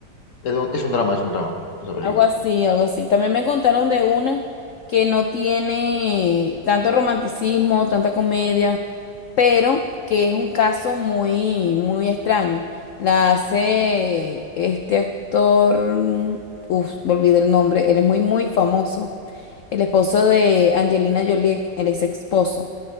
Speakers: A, on the left; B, on the left.
A: es un, es un drama, es un drama, esa película.
B: Algo así, algo así. También me contaron de una que no tiene tanto romanticismo, tanta comedia, pero que es un caso muy, muy extraño. La hace este actor, uff, me olvidé el nombre, él es muy, muy famoso. El esposo de Angelina Jolie, el ex esposo.